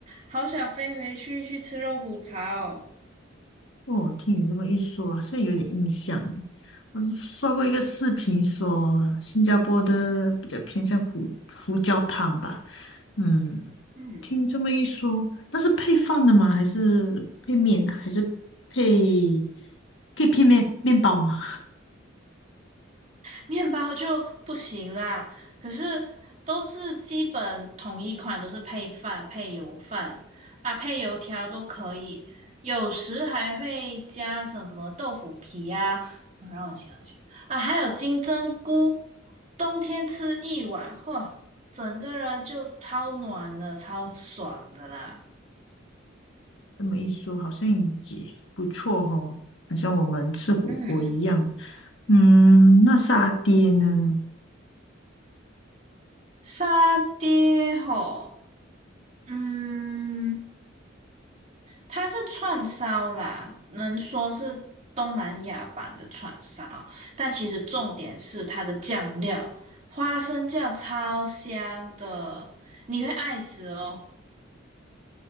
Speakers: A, on the right; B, on the left.
A: 好想飞回去去吃肉骨茶哦。
B: 哦，听你这么一说，现在有点印象诶我是刷过一个视频说，新加坡的比较偏向胡胡椒汤吧。嗯，
A: 嗯，
B: 听这么一说，那是配饭的吗？还是配面啊？还是配可以配面面包吗？
A: 面包就不行啦，可是都是基本统一款，都是配饭、配油饭啊，配油条都可以，有时还会加什么豆腐皮呀、我让我想想啊，还有金针菇，冬天吃一碗，嚯，整个人就超暖了，超爽的啦。
B: 这么一说，好像也不错哦，好像我们吃火锅一样。
A: 嗯，
B: 嗯，那沙爹呢？
A: 沙爹吼，嗯。它是串烧啦，能说是东南亚版的串烧，但其实重点是它的酱料，花生酱超香的，你会爱死哦。